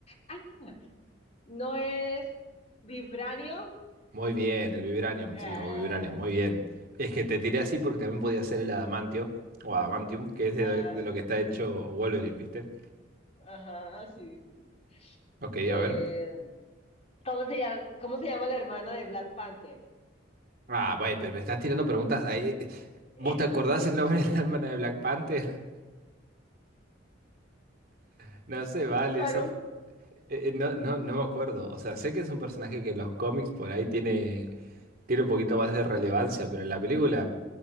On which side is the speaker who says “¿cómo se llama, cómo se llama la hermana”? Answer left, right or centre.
Left